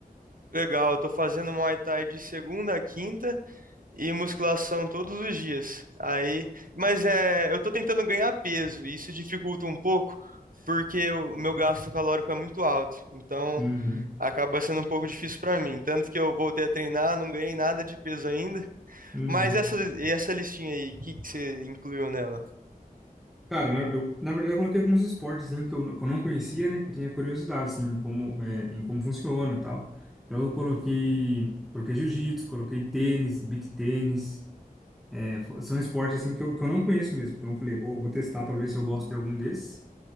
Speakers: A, on the right (about 65°); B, in the centre.
A: Legal, eu tô fazendo Muay Thai de segunda a quinta e musculação todos os dias. Aí, mas é, eu tô tentando ganhar peso, e isso dificulta um pouco porque o meu gasto calórico é muito alto. Então,
B: Uhum,
A: acaba sendo um pouco difícil pra mim. Tanto que eu voltei a treinar, não ganhei nada de peso ainda.
B: uhum.
A: Mas essa essa listinha aí, o que que você incluiu nela?
B: Cara, na- eu, na verdade, eu coloquei alguns esportes assim, que, eu, que eu não conhecia, né? Que eu tinha curiosidade, assim, como, é, em como funciona e tal. Então, eu coloquei, coloquei jiu-jitsu, coloquei tênis, beach tênis. É, fo- são esportes, assim, que eu, que eu não conheço mesmo. Então, eu falei, vou, vou testar para ver se eu gosto de algum desses,